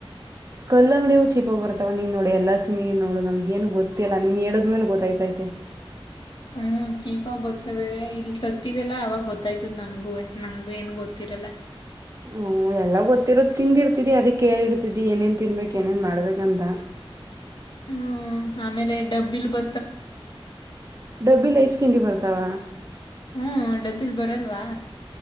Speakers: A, on the right; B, on the left.
A: ಕಲ್ಲ ಅಂಗಡಿಯವು ಚೀಪ ಬರ್ತವ ನೀನ್ ನೋಡಿ ಎಲ್ಲ ತಿ ನೀ ನೋಡು ನಮ್ಗೇನು ಗೊತ್ತಿಲ್ಲ ನೀನ್ ಹೇಳೋಿದ್ ಮೇನ್ ಗೊತ್ತಾಯ್ತೈತೆ
B: ಹ್ಮ್ ಚೀಪ ಬೊತ್ತತವೆ ಇಲ್ ತತ್ತಿದೆಲ್ಲ ಅವಾಗ ಗೊತ್ತಾಯ್ತದ ನಮ್ಗೂ ನಮ್ಗೂ ಏನ್ ಗೊತ್ತ ಇರಲ
A: ಹ್ಮ್ ಎಲ್ಲ ಗೊತ್ತಿರೋ ತಿಂದಿರ್ತಿದಿ ಅದ ಕೇಳಿ ಇರ್ತಿದಿ ಏನೇನ್ ತಿನ್ಬೇಕಕ್ ಏನೇನ್ ಮಾಡ್ಬೇಕಂತ
B: ಹ್ಮ ಆಮೇಲೆ ಡಬ್ಬಿಲ್ ಬ
A: ಡಬ್ಬಿ ಲ ೈಸ್ ಕಿಂಡಿ ಬರ್ತಾವ
B: ಹ್ಮ್ ಡಬ್ಬಲ್ ಬರಲ್ವಾ